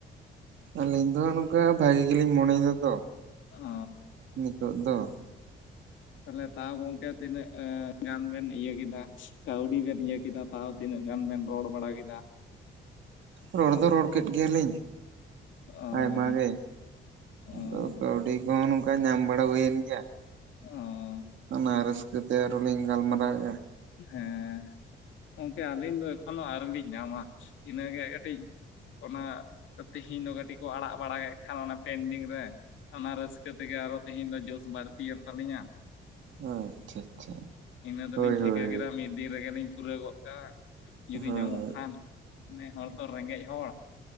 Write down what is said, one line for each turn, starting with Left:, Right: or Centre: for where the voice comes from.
Right: ᱟᱹᱞᱤᱧ ᱫᱚ ᱱᱚᱝᱠᱟ ᱵᱷᱟᱜᱤ ᱜᱮᱞᱤᱧ ᱢᱚᱱᱮᱭᱮᱫᱟ ᱛᱚ
Left: ᱚᱻ
Right: ᱱᱤᱛᱚᱜ ᱫᱚ ᱾
Left: ᱛᱟᱦᱚᱞᱮ ᱛᱟᱣ ᱜᱚᱝᱠᱮ ᱛᱤᱱᱟᱹᱜ ᱮ ᱜᱟᱱ ᱵᱮᱱ ᱤᱭᱟᱹ ᱠᱮᱫᱟ ᱠᱟᱹᱣᱰᱤ ᱵᱮᱱ ᱤᱭᱟᱹ ᱠᱮᱫᱟ ᱛᱟᱣ ᱛᱤᱱᱟᱹᱜ ᱜᱟᱱ ᱵᱮᱱ ᱨᱚᱲ ᱵᱟᱲᱟ ᱠᱮᱫᱟ?
Right: ᱨᱚᱲ ᱫᱚ ᱨᱚᱲ ᱠᱮᱫ ᱜᱮᱭᱟᱞᱤᱧ
Left: ᱚᱻ
Right: ᱟᱭᱢᱟ ᱜᱮ᱾
Left: ᱚᱻ
Right: ᱟᱫᱚ ᱠᱟᱹᱣᱰᱤ ᱠᱚᱦᱚᱸ ᱱᱚᱝᱠᱟ ᱧᱟᱢ ᱵᱟᱲᱟ ᱦᱩᱭᱮᱱ ᱜᱮᱭᱟ᱾
Left: ᱚ
Right: ᱚᱱᱟ ᱨᱟᱹᱥᱠᱟᱹ ᱛᱮ ᱟᱨᱚ ᱞᱤᱧ ᱜᱟᱞᱢᱟᱨᱟᱣᱮᱫᱼᱟ ᱾
Left: ᱦᱮᱸ ᱜᱚᱢᱠᱮ ᱟᱹᱞᱤᱧ ᱫᱚ ᱮᱠᱷᱚᱱᱳ ᱟᱹᱣᱨᱤ ᱞᱤᱧ ᱧᱟᱢᱟ ᱤᱱᱟᱹᱜᱮ ᱠᱟᱹᱴᱤᱡ ᱚᱱᱟ ᱛᱮᱦᱤᱧ ᱫᱚ ᱠᱟᱹᱴᱤᱡ ᱠᱚ ᱟᱲᱟᱜ ᱵᱟᱲᱟ ᱠᱮᱫ ᱠᱷᱟᱱ ᱚᱱᱟ ᱯᱮᱱᱰᱤᱝ ᱨᱮ᱾ ᱚᱱᱟ ᱨᱟᱹᱥᱠᱟᱹ ᱛᱮᱜᱮ ᱟᱨᱚ ᱛᱮᱦᱮᱧ ᱫᱚ ᱡᱳᱥ ᱵᱟᱹᱲᱛᱤᱭᱮᱱ ᱛᱟᱹᱞᱤᱧᱟ ᱾
Right: ᱦᱳᱭ ᱟᱪᱪᱷᱟ ᱟᱪᱪᱷᱟ
Left: ᱤᱱᱟᱹ ᱫᱚᱞᱤᱧ
Right: ᱦᱳᱭ
Left: ᱴᱷᱤᱠᱟᱹ
Right: ᱦᱳᱭ᱾
Left: ᱠᱮᱫᱟ ᱢᱤᱫ ᱫᱤᱱ ᱨᱮᱜᱮᱞᱤᱧ ᱯᱩᱨᱟᱹᱣ ᱜᱚᱜ ᱠᱟᱜ-ᱟ ᱡᱩᱫᱤ
Right: ᱦᱳᱭ
Left: ᱧᱟᱢᱚᱜ ᱠᱷᱟᱱ ᱱᱮ ᱦᱚᱲ ᱫᱚ ᱨᱮᱸᱜᱮᱡ ᱦᱚᱲ᱾